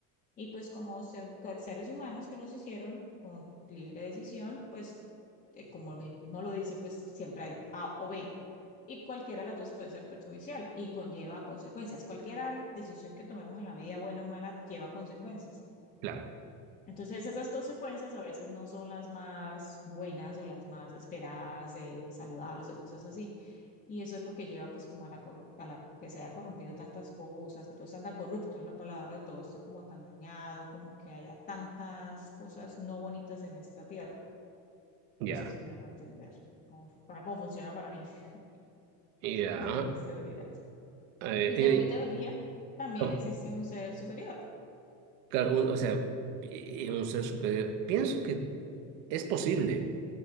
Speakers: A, on the left; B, on the right.
A: Y pues como se- que seres humanos que nos hicieron con libre decisión, pues eh, como mismo lo dice, pues siempre hay A o B. Y cualquiera de las dos puede ser perjudicial y conlleva consecuencias. Cualquier decisión que tomemos en la vida, buena o mala, lleva consecuencias.
B: Claro.
A: Entonces, esas consecuencias a veces no son las más buenas o las más esperadas, eh, saludables o cosas así. Y eso es lo que lleva pues como a la, corru- a la que se haya corrompido tantas cosas, que todo esté tan corrupto, es la palabra, todo esté como tan dañado, como que haya tantas cosas no bonitas en esta tierra.
B: Ya.
A: No sé si me hago entender cómo- para cómo funciona para mí, <laughs>
B: Ya.
A: según mis teorías.
B: Eh,
A: Y según
B: eh,
A: mi teoría, también
B: ¿cómo?
A: existe un ser superior.
B: Claro, un- o sea, pi- un ser superior. Pienso que es posible.